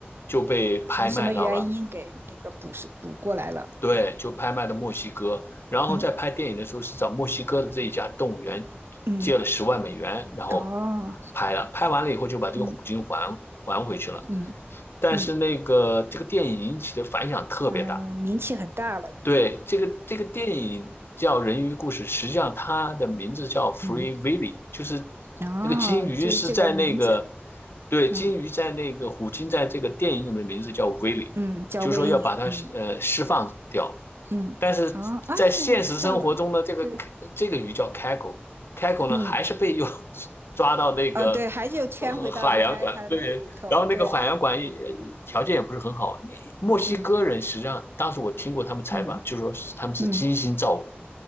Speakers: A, on the left; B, on the right.
A: 就被拍卖到了，
B: 可能什么原因给那个补是补过来了。
A: 对，就拍卖到墨西哥，然后在拍电影的时候是找墨西哥的这一家动物园
B: 嗯嗯。
A: 借了十万美元，然后
B: 哦，
A: 拍了，拍完了以后就把这个虎鲸还还回去了，
B: 嗯嗯
A: 但是那个这个电影引起的反响特别大。
B: 嗯嗯、呃名气很大了，因为
A: 对，这个这个电影叫《人鱼故事》，实际上它的名字叫《Free
B: 嗯，
A: Willy》，就是那个金鱼是在那个，
B: 哦，就是这个名字，
A: 对，
B: 嗯
A: 金鱼在那个虎鲸在这个电影里面的名字叫 Willy，
B: 嗯，叫维尼，
A: 就是说要把它呃释放掉。
B: 嗯嗯，
A: 但是在现实生活中呢，
B: 啊，哎，我知道了，
A: 这个这个鱼叫开口，
B: 对，
A: 开口呢还是被又
B: 嗯
A: 抓到那个
B: 嗯，对，还就圈回到原来他那个里头，
A: 呃海洋馆，对，然后那个海洋馆也呃条件也不是很好。
B: 对，
A: 墨西哥人实际上当时我听过他们采访，
B: 嗯嗯
A: 就说是他们是精心照顾，
B: 嗯，